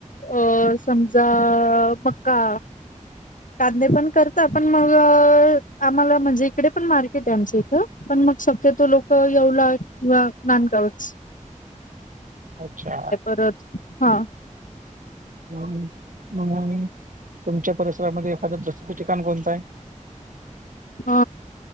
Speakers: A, on the left; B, on the right.
A: अ समजा मका. कांदे पण करत पण मग आम्हाला म्हणजे इकडे पण मार्केट आहे आमच्या इथं. पण मग शक्यतो लोक येवला किंवा नानकावच
B: अच्छा
A: परत हा
B: ह तुमच्या परिसरामध्ये एखादं प्रसिद्ध ठिकाण कोणत आहे??
A: अ